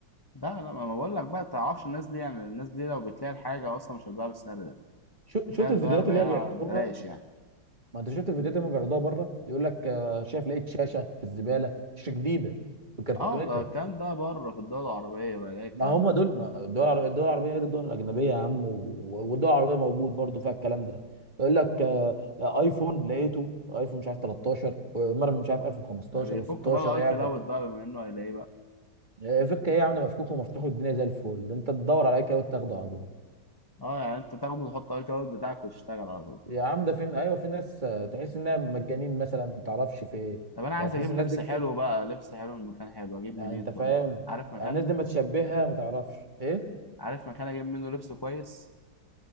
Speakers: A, on the left; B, on the right.
A: لا لا ما أنا بقول لك بقى تعرفش الناس دي يعني الناس دي لو بتلاقي الحاجة أصلا مش هتباع بالسعر ده
B: شو شفت
A: تخيل
B: الفيديوهات
A: بقى بيع
B: اللي هي بيعرضوها
A: بلاش يعني
B: ما انت شفت الفيديوهات اللي هم بيعرضوها بره يقول لك آه، شايف لقيت شاشه في الزباله شاشه جديده بكرتونتها
A: اه ده الكلام ده بره في الدول العربية بقى يلاقي الكلام
B: ما هم
A: ده
B: دول ما الدول العر- الدول العربيه غير الدول الاجنبيه يا عم و- والدول العربيه موجود برضو فيها الكلام ده يقول لك آه، آه، ايفون لقيته ايفون مش عارف 13 ومره مش عارف ايفون 15
A: طب يفك
B: و16
A: بقى الأي
B: ايه
A: كلاود
B: يا عم ده؟
A: بقى بما إنه هيلاقيه بقى
B: آه، فك ايه يا عم ده مفكوك ومفتوح الدنيا زي الفل انت تدور على اي كده وتاخده على طول
A: اه يعني أنت تاخده وتحط الأي كلاود بتاعك وتشتغل على طول
B: يا عم ده فين ايوه في ناس آه، تحس انها مجانين مثلا ما تعرفش في ايه
A: طب أنا عايز
B: يعني تحس
A: أجيب
B: الناس
A: لبس
B: دي بتد...
A: حلو بقى لبس حلو من مكان حلو أجيب منين
B: يعني انت
A: طيب
B: فاهم
A: عارف مكان
B: يعني الناس دي ما تشبهها ما تعرفش ايه
A: عارف مكان أجيب منه لبس كويس